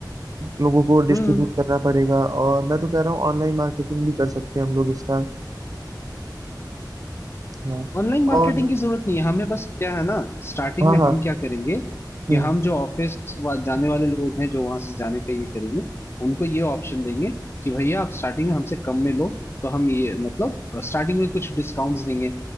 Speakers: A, on the right; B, on the left.
A: लोगों को डिस्ट्रीब्यूट
B: हम्म
A: करना पड़ेगा और मैं तो कह रहा हूँ ऑनलाइन मार्केटिंग भी कर सकते हैं हम लोग इसका हाँ
B: ऑनलाइन मार्केटिंग
A: और
B: की जरूरत नहीं है हमें बस क्या है ना स्टार्टिंग
A: हाँ
B: में
A: हाँ
B: हम क्या करेंगे
A: हम्म
B: कि हम जो ऑफिस जाने वाले लोग हैं जो वहां से जाने का ये करेंगे उनको ये ऑप्शन देंगे कि भैया आप स्टार्टिंग में हमसे कम में लो तो हम ये मतलब स्टार्टिंग में कुछ डिस्काउंट्स देंगे